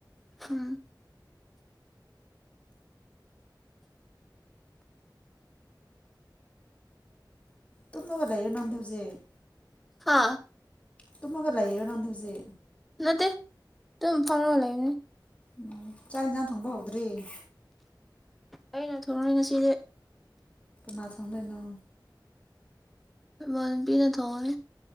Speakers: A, in the centre; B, on the left (about 15°).
A: ꯎꯝ
B: ꯇꯨꯝꯃꯒ ꯂꯩꯣ ꯅꯪꯗ ꯍꯧꯖꯤꯛ
A: ꯑ
B: ꯇꯨꯡꯃꯒ ꯂꯩꯌꯦꯔꯅꯥꯗꯁꯦ
A: ꯅꯗ ꯇ ꯐꯜꯕ ꯂꯅꯦ
B: ꯎ ꯆꯥꯛ ꯏꯟꯁꯥꯡ ꯊꯪꯕ ꯍꯧꯗ꯭ꯔꯔꯤ
A: ꯑꯩꯅ ꯊꯂꯛꯏ ꯉꯁꯤꯁꯦ
B: ꯅꯥ ꯊꯣꯡ ꯂꯩꯣꯏꯅꯣ
A: ꯃꯕꯤꯅ ꯊꯣꯦ